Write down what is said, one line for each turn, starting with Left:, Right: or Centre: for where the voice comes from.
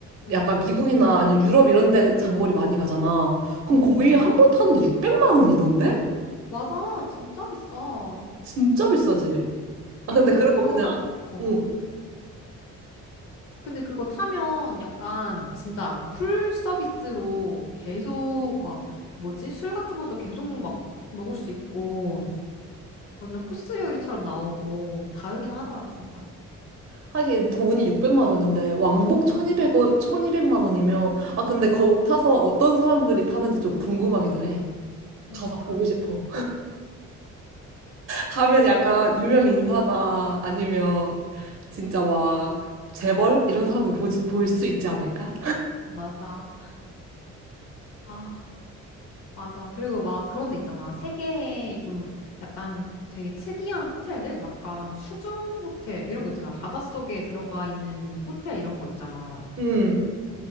Left: 응,
Right: 약간 미국이나 아니면 유럽 이런 데 장거리 많이 가잖아. 그럼
Left: 응,
Right: 거의
Left: 응.
Right: 한 음. 번 타는데 600만 원이던데?
Left: 맞아, 진짜 비싸.
Right: 진짜 비싸지. 아 근데
Left: 근데
Right: 그런
Left: 그거
Right: 거 그냥
Left: 하, 어,
Right: 응.
Left: 근데 그거 타면 약간 진짜 약간 풀 서비스로 계속 막 뭐지? 술 같은 것도 계속 막 먹을 수 있고 완전 코스 요리처럼 나오고 다르긴 하더라, 진짜.
Right: 하긴 돈이 600만 원인데 왕복 1200,
Left: 음.
Right: 1200만 원이면 아 근데
Left: 와,
Right: 거기 타서 어떤 사람들이 타는지 좀 궁금하기도 해.
Left: 그니까.
Right: 가서 보고 싶어. 가면 약간 유명 인사나 아니면
Left: 응,
Right: 진짜 막 재벌 이런 사람들 보볼수 있지 않을까?
Left: 맞아. 아, 맞아. 그리고 막 그런 데 있잖아. 세계에 좀 약간 되게 특이한 호텔들? 약간 수중 호텔 이런 거 있잖아. 바닷속에 들어가 있는 호텔 이런 거 있잖아.
Right: 음.